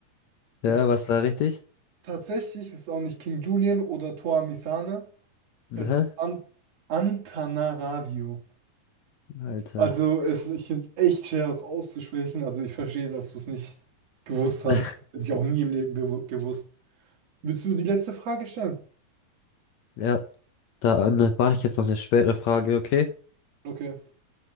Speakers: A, on the left; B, on the right.
A: ja,
B: Es,
A: was war richtig?
B: tatsächlich ist auch nicht King Julian oder Toamisane, Es
A: Hä?
B: ist An Antananarivo.
A: Alter.
B: Also es, ich finde es echt schwer auch auszusprechen. Also ich verstehe, dass du es nicht gewusst hast.
A: <laughs>
B: Hätte ich auch nie im Leben bewu- gewusst. Willst du die letzte Frage stellen?
A: Ja, dann mache ich jetzt noch eine schwere Frage, okay?
B: Okay.